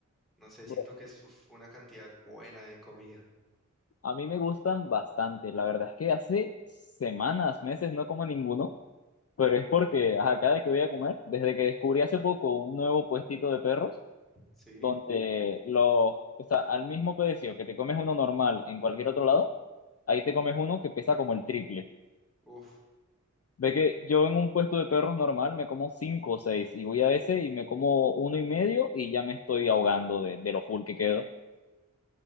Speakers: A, in the centre; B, on the left.
A: No sé,
B: Bro,
A: siento que es uf, una cantidad buena de comida,
B: a mí me gustan bastante, la verdad es que hace semanas, meses no como ninguno, pero es porque ajá, cada que voy a comer, desde que descubrí hace poco un nuevo puestito de perros,
A: ¿sí?
B: donde los, o sea, al mismo precio que te comes uno normal en cualquier otro lado, ahí te comes uno que pesa como el triple.
A: Uf,
B: Ve que yo en un puesto de perros normal me como cinco o seis y voy a ese y me como uno y medio y ya me estoy ahogando de, de lo full que quedo.